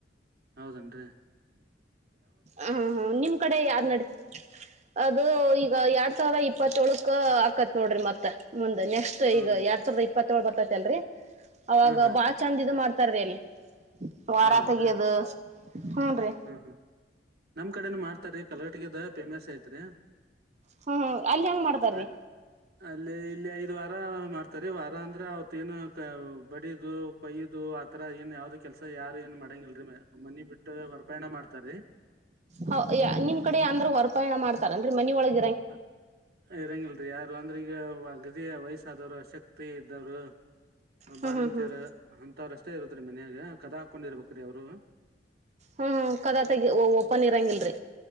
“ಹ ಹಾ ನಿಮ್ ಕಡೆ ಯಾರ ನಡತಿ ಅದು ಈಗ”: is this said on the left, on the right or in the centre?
Right